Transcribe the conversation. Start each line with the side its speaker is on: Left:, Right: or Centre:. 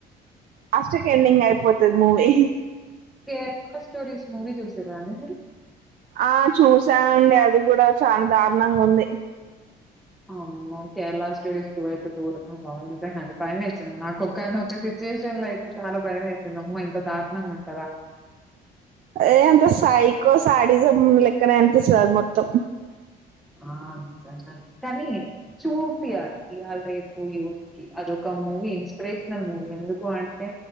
Right: అస్ ఎండింగ్ అయిపోతాది మూవీ
Centre: <unintelligible> స్టోరీస్ మూవీ చూశారా అండి మీరు
Right: ఆ చూసా అండి అది కూడా చాలా దారుణంగా ఉంది
Centre: అవును కేరళ టూ డేస్ టూ అయితే బాగుండింది భయం వేసింది నాకు ఒకానొక సిచువేషన్ లో అయితే చాలా భయం వేసింది అమ్మ ఎంత దారుణంగా ఉంట
Right: ఏంత సాయి కో శాడిజం లెక్కనే అనిపిస్తది అది మొత్తం
Centre: ఆ నిజంగానే కానీ చూపియ్యాలి ఇవాళ రేపు యూత్ కి అది ఒక మూవీ ఇన్స్పిరేషనల్ మూవీ ఎందుకు అంటే